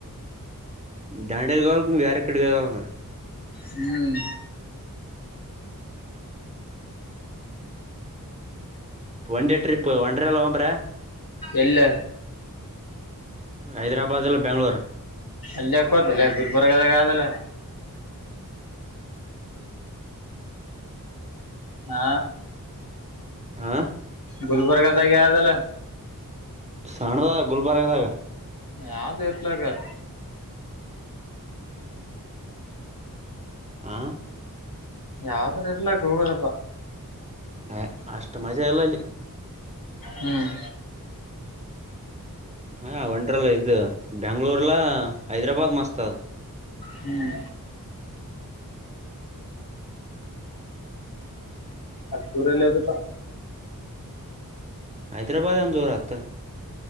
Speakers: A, on the right; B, on the left.
A: ದಾಂಡೇದುಾಲಿಕೀ ಬೇರೆ ಎಡೆ ಕಾಗಾಲಲ್ಲ ಸಾರೆ
B: ಹ್ಮ್
A: ಒನ್ ಟ್ರಿಪ್ ಒ ಡರ ಎಲ್ಲ ಹೋಗಂಬ್ರಾ
B: ಎಲ್ಲ
A: ಹೈದರಾಬಾದ್ ಅಲ್ಲ ಬೆಂಗ್ಳೂರು
B: ಅಲ್ಲಯಕೋದಲ್ಲ ಗುಲ್ಬರ್ಗದಾಗ ಆದಲ್ಲ ಹಾ
A: ಆ
B: ಗುಲ್ಬರ್ಗ ಜಾಗ ಯದಲ್ಲ
A: ಸಣ್ಣದ ಗುಲ್ಬರ್ಗದಾಗ
B: ಯಾವ್ದು ಇಟ್ಲಕ್ಕ
A: ಆಂ
B: ಯಾವ್ದರ ಇರ್ಲಕ್ ಹೋಗೋದಪ್ಪ
A: ಹ ಅಷ್ಟು ಮಜಾ ಇಲ್ಲ ಅಲ್ಲಿ
B: ಹ್ಮ್
A: ಹಾಂ ಒಂಡರ್ಲ್ಲ ಇದು ಬೆಯಾಂಗ್ಳೂರ್ಲ್ಲ ಹೈದ್ರಾಬಾದ್ ಮಸ್ತ್ ಅ
B: ಹ್ಮ್ ಅಷ್ಟು ದೂರ ಅದು
A: ಹೈದ್ರಾಬಾದ್ ಅಂದ್ರ ದುರತನ